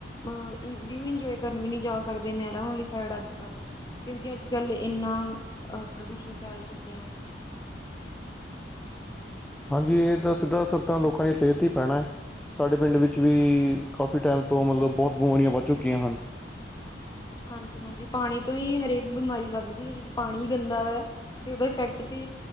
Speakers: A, on the left (about 20°); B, in the centre.
A: ਅ ਵਿਊ, ਇੰਜੋਏ ਕਰਨ ਵੀ ਨੀ ਜਾ ਸਕਦੇ। ਨਹਿਰਾ ਵਾਲੀ ਸਾਈਡ ਅੱਜ -ਕੱਲ ਕਿਉਕਿ ਅੱਜ - ਕੱਲ ਇੰਨਾ, ਅਹ - ਪ੍ਰਦੂਸ਼ਣ ਫੈਲ ਚੁੱਕਿਆ ਆ।
B: <inaudible> ਹਾਂਜੀ। ਇਹ ਦਾ ਸਿੱਧਾ ਅਸਰ ਤਾ ਲੋਕਾਂ ਦੀ ਸਿਹਤ 'ਤੇ ਹੀ ਪੈਣਾ ਐ। ਸਾਡੇ ਪਿੰਡ ਵਿੱਚ, ਵੀ ਕਾਫੀ ਟਾਈਮ ਤੋ ਮਤਲਬ ਬਹੁਤ- ਬਿਮਾਰੀਆਂ ਵੱਧ ਚੁੱਕੀਆਂ
A: <unintelligible>
B: ਹਨ।
A: ਹਾਂਜੀ ਹਾਂਜੀ ਪਾਣੀ ਤੋ ਹੀ ਇਹ - <inaudible> ਹਰੇਕ ਬਿਮਾਰੀ ਵੱਧਦੀ ਐ, ਜਦੋ ਪਾਣੀ ਈ ਗੰਦਾ ਐ, ਤੇ ਉਹਦਾ ਫੈਕਟ ਤੇ